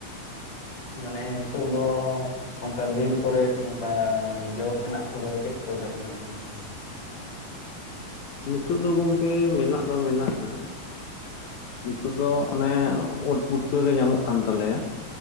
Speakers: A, on the left; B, on the left.
A: ᱢᱟᱱᱮ ᱱᱤᱛᱚᱜ ᱫᱚᱼᱼ ᱚᱱᱠᱟ ᱵᱤᱨ ᱠᱚᱨᱮᱫ ᱚᱱᱠᱟ ᱡᱚ ᱛᱮᱱᱟᱜ ᱠᱚᱫᱚ ᱪᱮᱫ ᱠᱚ ᱡᱚᱜ ᱠᱟᱱᱟ ᱜᱚᱝᱠᱮ?
B: ᱱᱤᱛᱩᱜ ᱫᱚ ᱜᱚᱝᱠᱮ ᱢᱮᱱᱟᱜ ᱫᱚ ᱢᱮᱱᱟᱜ-ᱟ ᱱᱤᱛᱩᱜ ᱫᱚ ᱚᱱᱮ ᱩᱫ ᱯᱩᱴᱠᱟᱹ ᱜᱮ ᱧᱟᱢᱚᱜ ᱠᱟᱱ ᱛᱟᱞᱮᱭᱟ᱾